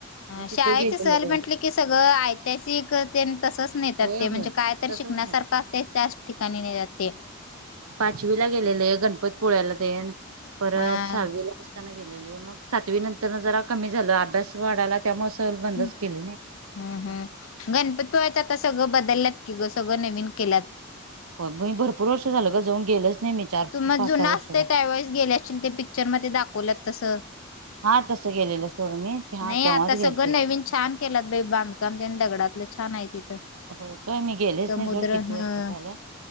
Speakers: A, on the right (about 80°); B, on the left (about 70°).
A: मग
B: शाळेचे
A: तिथं गेलेलो
B: सहल म्हटले की सगळं ऐतिहासिक तेन तसच नेतात
A: होय
B: ते म्हणजे
A: होय
B: कायतरी
A: तसच
B: शिकण्यासारखा असतय त्याच ठिकाणी नेत्यात ते
A: पाचवी ला गेलेले गणपती पूळ्याला तेन परत
B: हा
A: सहावी ला गेलेल मग सातवी नंतर जरा कमी झालेले अभ्यास वाढायला त्यामुळे सहल बंदच
B: हम
A: केली नाही.
B: हम् हम् गणपती पुळ्याला कस सगळ बदलत की ग सगळ नवीन केल्यात
A: हो बहिण भरपूर वर्ष झाल ग जाऊन गेलच नाही मी चार
B: तु मग
A: पाच
B: जुना
A: सहा वर्ष
B: असते
A: झालं.
B: त्यावेळेस गेल्याशील ते पिक्चर मध्ये दाखवल्यात तस
A: हा तस गेलेल सोड मी हा
B: नाही
A: तेव्हाच
B: आता
A: गेलते.
B: सगळ नवीन छान केलात बाई बांधकाम तेन दगडातल छान आहे ति
A: होय काय मी गेलेच
B: समुद्र
A: नाही सोड किती
B: हं
A: वर्ष झालं